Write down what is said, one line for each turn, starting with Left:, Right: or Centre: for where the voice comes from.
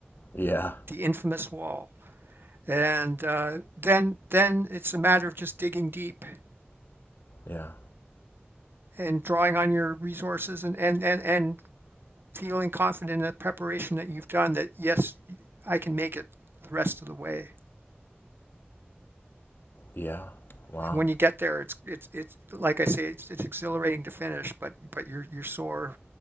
Left: Yeah.
Right: the infamous wall. And uh, then then it's a matter of just digging deep
Left: Yeah.
Right: and drawing on your resources and and and, and feeling confident in the preparation that you've done that yes, I can make it the rest of the way.
Left: Yeah. Wow.
Right: And when you get there, it's it's it's like I say, it's it's exhilarating to finish, but but you're you're sore